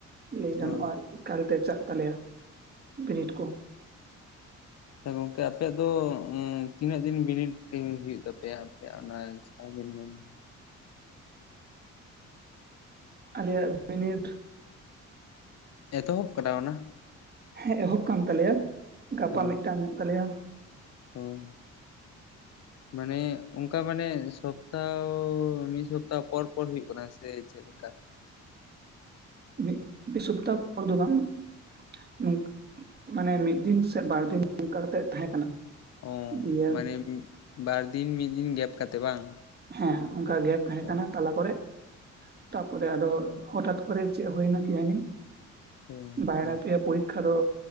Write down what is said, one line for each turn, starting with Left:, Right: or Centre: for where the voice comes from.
Right: ᱞᱟᱹᱭ
Left: ᱦᱳᱭ
Right: ᱜᱟᱱᱚᱜᱼᱟ ᱮᱠᱟᱞᱛᱮ ᱪᱟᱜ ᱛᱟᱞᱮᱭᱟ ᱵᱤᱱᱤᱰ ᱠᱚ
Left: ᱟᱪᱪᱟ ᱜᱚᱝᱠᱮ ᱟᱯᱮᱭᱟᱜ ᱫᱚ ᱛᱤᱱᱟᱹᱜ ᱫᱤᱱ ᱵᱤᱱᱤᱴ ᱦᱩᱭᱩᱜ ᱛᱟᱯᱮᱭᱟ ᱟᱯᱮᱭᱟᱜ ᱚᱱᱟ <unintelligible>
Right: ᱟᱞᱮᱭᱟᱜ ᱵᱤᱱᱤᱴ
Left: ᱮᱛᱚᱦᱚᱵ ᱠᱟᱫᱟ ᱚᱱᱟ
Right: ᱦᱮᱸ ᱮᱦᱚᱵ ᱠᱟᱱ ᱛᱟᱞᱮᱭᱟ ᱜᱟᱯᱟ
Left: ᱦᱳᱭ
Right: ᱢᱤᱫᱴᱟᱝ ᱢᱮᱱᱟᱜ ᱛᱟᱞᱮᱭᱟ <unintelligible>
Left: ᱦᱳᱭ ᱢᱟᱱᱮ ᱚᱝᱠᱟ ᱢᱟᱱᱮ ᱥᱚᱯᱛᱟᱦᱚ ᱢᱤᱫ ᱥᱚᱯᱛᱟᱦᱚ ᱯᱚᱨ ᱯᱚᱨ ᱦᱩᱭᱩᱜ ᱠᱟᱱᱟ ᱥᱮ ᱪᱮᱫ ᱞᱮᱠᱟ
Right: ᱢᱤᱫ ᱢᱤᱫ ᱥᱚᱯᱛᱟᱦᱚ ᱯᱚᱨ ᱫᱚ ᱵᱟᱝ ᱱᱚᱝ ᱠᱟ ᱢᱟᱱᱮ ᱢᱤᱫ ᱫᱤᱱ ᱥᱮ ᱵᱟᱨ ᱫᱤᱱ ᱱᱚᱝᱠᱟ ᱠᱟᱛᱮᱜ ᱛᱟᱦᱮᱸ ᱠᱟᱱᱟ
Left: ᱚ
Right: ᱫᱤᱭᱮ
Left: ᱢᱟᱱᱮ ᱵᱟᱨ ᱫᱤᱱ ᱢᱤᱫ ᱫᱤᱱ ᱜᱮᱯ ᱠᱟᱛᱮ ᱵᱟᱝ
Right: ᱦᱮᱸ ᱚᱝᱠᱟ ᱜᱮᱯ ᱛᱟᱦᱮᱸ
Left: ᱦᱳᱭ
Right: ᱠᱟᱱᱟ ᱛᱟᱞᱟ ᱠᱚᱨᱮ ᱛᱟᱯᱚᱨᱮ ᱟᱫᱚ ᱦᱚᱴᱟᱛ ᱠᱚᱨᱮ ᱪᱮᱫ ᱦᱩᱭᱱᱟ ᱠᱮᱡᱟᱱᱤ
Left: ᱦᱮᱸ
Right: ᱵᱟᱭᱨᱟ ᱯᱮᱭᱟ ᱯᱩᱨᱤ ᱠᱷᱟᱡ ᱫᱚ